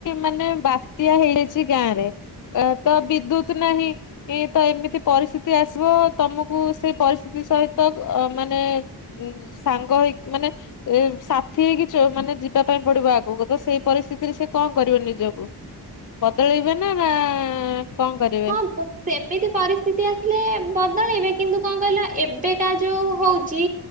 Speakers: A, on the left; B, on the right.
A: ମାନେ ବାତ୍ୟା ହେଇଯାଇଛି ଗାଁରେ ତ ବିଦ୍ୟୁତ ନାହିଁ। ତ ଏମିତି ପରିସ୍ଥିତି ଆସିବ ତମକୁ ସେ ପରିସ୍ଥିତି ସହିତ ମାନେ ଉଁ ସାଙ୍ଗ ହେଇକି ମାନେ ଏ ସାଥି ହେଇକି ଚ ମାନେ ଯିବା ପାଇଁ ପଡିବ ଆଗକୁ ତ ସେଇ ପରିସ୍ଥିତିରେ ସେ କଣ କରିବ ନିଜକୁ ପ ବଦଳିବେ ନା ନା କଣ କରିବେ?
B: ହଁ ସେମିତି ପରିସ୍ଥିତି ଆସିଲେ ବଦଳେଇବେ କିନ୍ତୁ କଣ କହିଲ ଏବେ କା ଯୋଉ ହଉଛି